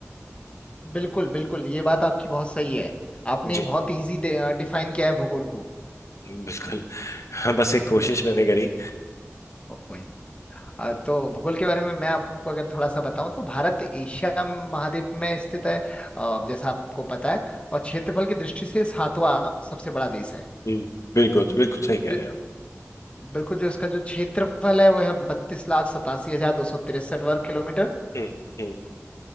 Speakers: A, on the left; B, on the left.
A: बिल्कुल बिल्कुल ये बात आपकी बहुत सही है आपने
B: जी
A: बहुत इजी डिफाइन किया है भूगोल को
B: बिल्कुल हाँ बस एक कोशिश
A: बिल्कुल
B: मैंने करी
A: वही आ, तो भूगोल के बारे में मैं आपको अगर थोड़ा सा बताऊं तो भारत एशिया महाद्वीप में स्थित है आ, जैसा आपको पता है और क्षेत्रफल की दृष्टि से सातवां सबसे बड़ा देश है
B: हम्म बिल्कुल बिल्कुल सही कह
A: जो
B: रहे हैं आप
A: बिल्कुल जो इसका जो क्षेत्रफल है वह है बत्तीस लाख सतासी हजार दो सौ तिरसठ वर्ग किलोमीटर
B: हम्म हम्म